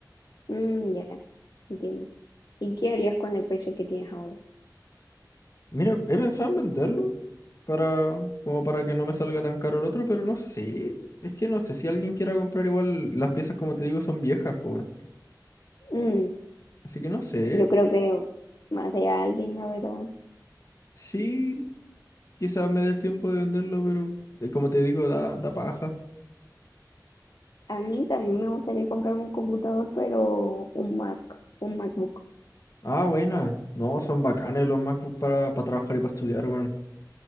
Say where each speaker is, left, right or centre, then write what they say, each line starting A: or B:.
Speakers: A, on the left; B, on the left.
A: Mm, ya, entiendo. ¿Y qué harías con el PC que tienes ahora?
B: Mira, he pensado en venderlo. Para, como para que no me salga tan caro el otro, pero no sé. Es que no sé si alguien quiera comprar igual. Las piezas, como te digo, son viejas, pues. weón.
A: Mm,
B: Así que no sé.
A: yo creo que más de alguien, la verdad.
B: Sí, quizás me dé el tiempo de venderlo, pero eh, como te digo, da, da paja.
A: A mí también me gustaría comprarme un computador, pero un Mac, un MacBook.
B: Ah, buena. No, son bacanes los MacBook para, para trabajar y para estudiar, weón.